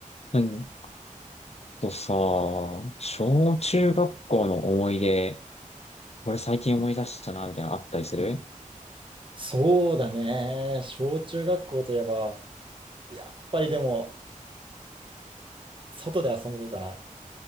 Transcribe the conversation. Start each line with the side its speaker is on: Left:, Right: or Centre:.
Left: うんとさ、小中学校の思い出、これ最近思い出したな、みたいなのあったりする
Right: そうだね。小中学校といえば、やっぱりでも、外で遊んでたら、